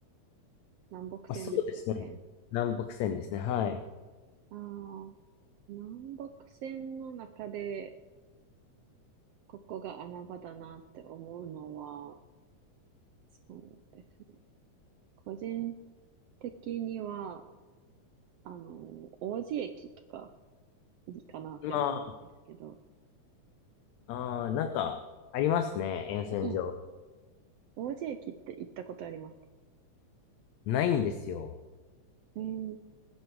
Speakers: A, on the right; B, on the left.
A: 南北線ですよね。
B: まあ、そうですね。南北線ですね。はい。
A: ああ、南北線の中で、ここが穴場だなって思うのは、そうですね。個人的には、あの、王子駅とかいいかなって思うんですけど、
B: まあ、あー、なんか、ありますね、沿線上。
A: <clears throat> 王子駅って行ったことありますか
B: ないんですよ。
A: えー、